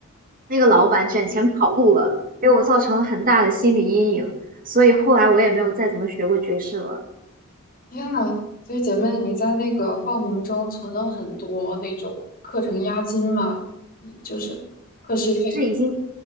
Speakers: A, on the right (about 40°); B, on the left (about 40°).
A: 那个老板卷钱跑路了，
B: 嗯，
A: 给我造成了很大的心理阴影，所以后来我也没有再怎么学过爵士了。
B: 天呐，所以姐妹你在那个报名中存了很多那种课程押金嘛，你就是课时费，
A: 是已经